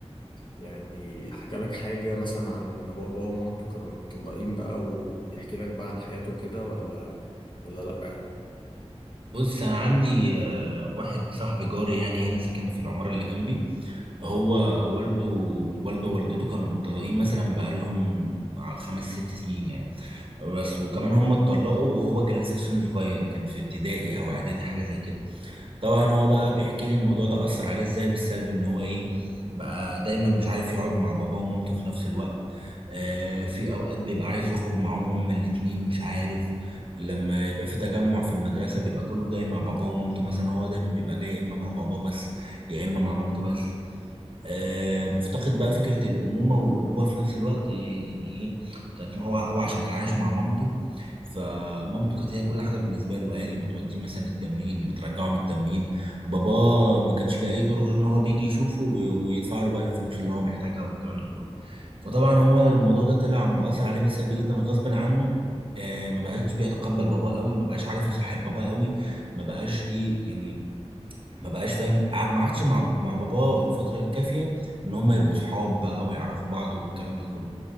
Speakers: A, on the left; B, on the right.
A: يعني حكى لك حاجة مثلا عن بابا ومامته كانوا متطلقين بقى وبيحكي لك بقى عن حياته كده ولا ولا لأ يعني
B: بص انا عندي آه، واحد صاحبي جاري يعني هنا ساكن في العمارة اللي جنبي هو والده والده ووالدته كانوا متطلقين مثلا بقالهم ع- خمس ست سنين يعني بس وكمان هم اتطلقوا وهو كان لسه في سنه صغير كان في ابتدائي او اعدادي حاجة زي كده طبعا هو بقى بيحكي لي الموضوع ده اثر عليه ازاي بالسلب ان هو ايه بقى دايما مش عارف يقعد مع باباه ومامته في نفس الوقت آه في اوقات بيبقى عايز يخرج معاهم هما الاتنين مش عارف لما يبقى في تجمع في المدرسة بيبقى كله جاي مع باباه ومامته مثلا هو دايما بيبقى جاي يا اما مع باباه بس يا اما مع مامته بس آه، مفتقد بقى فكرة الأمومة والأبوة في نفس الوقت آه، يعني إيه كانت هو هو عشان كان عايش مع مامته فمامته كانت هي كل حاجه بالنسبه له بقى هي اللي بتوديه مثلا التمرين اللي بترجعه من التمرين بابا ما كانش ليه اي دور غير ان هو بيجي يشوفه وي- ويدفع له بقى الفلوس اللي هو محتاجها والكلام ده كله فطبعا هو الموضوع ده طلع مؤثر عليه بالسلب جدا غصب عنه آه ما بقاش بيتقبل باباه قوي ما بقاش عارف يصاحب باباه قوي ما بقاش ايه يعني ما بقاش فاهم ع- ما عادش مع مع باباه الفتره الكافيه ان هم يبقوا صحاب بقى ويعرفوا بعض والكلام ده كله